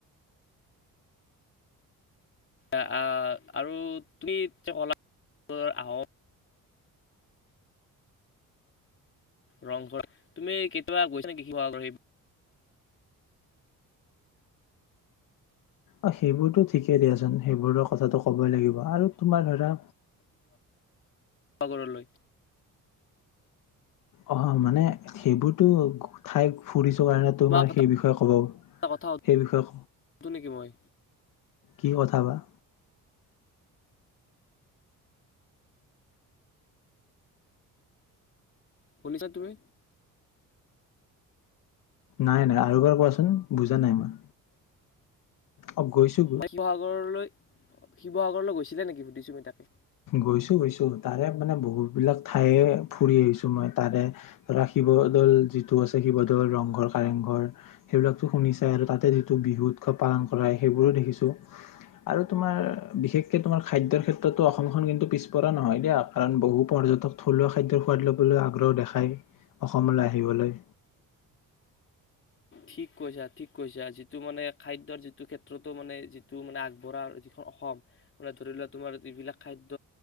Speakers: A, on the left; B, on the left.
A: এ আহ আৰু তুমি কলা আহ ৰংঘৰ তুমি কেতিয়াবা গৈছা নেকি শিৱসাগৰ সেই
B: অ সেইবোৰতো ঠিকেই দিয়াচোন সেইবোৰৰ কথাটো ক'বই লাগিব আৰু তোমাৰ ধৰা
A: শসাগৰলৈ
B: অ মানে সেইবোৰতো ঠাই ফুৰিছো স কাৰণে
A: তোমাক
B: তোমাৰ
A: এটা
B: সেই বিষয়ে ক'ব
A: এটা কথা
B: সেই বিষয়ে
A: সুধো নেকি মই
B: কি কথা বা
A: শুনিছা তুমি
B: নাই নাই আৰু এবাৰ কোৱাচোন বুজা নাই মই অ গৈছো
A: শিৱসাগৰলৈ শিৱাগৰলৈ গৈছিলে নেকি সুধিছো মই তাকে
B: গৈছো গৈছো তাৰে মানে বহুত বিলাক ঠায় ফুৰি আহিছো মই তাৰে ধৰা শিৱদৌল যিটো আছে শিৱদৌল ৰংঘৰ কাৰেংঘৰ সেইবিলাকো শুনি চাই আৰু তাতে যিটো বিহু উৎসৱ পালন কৰা সেইবোৰো দেখিছো আৰু তোমাৰ বিশেষকে তোমাৰ খাদ্যৰ ক্ষেত্ৰত ত অসমখন কিন্তু পিছপৰা নহয় দিয়া কাৰণ বহু পৰ্যটক থলুৱা খাদ্য সোৱাদ লবলৈ আগ্ৰহ দেখায় অসমলৈ আহিবলৈ
A: ঠিক কৈছা ঠিক কৈছা যিটো মানে খাদ্যৰ যিটো ক্ষেত্ৰতো মানে যিটো মানে আগবঢ়া যিখন অসম মানে ধৰি লোৱা তোমাৰ যিবিলাক খাদ্য